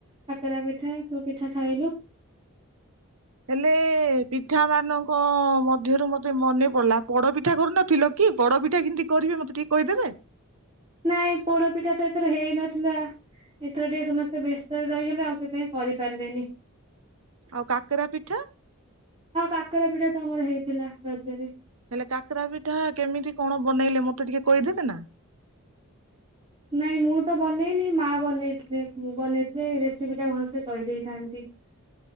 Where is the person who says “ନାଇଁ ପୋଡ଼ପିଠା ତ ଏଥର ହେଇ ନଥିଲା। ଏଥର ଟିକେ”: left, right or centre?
Right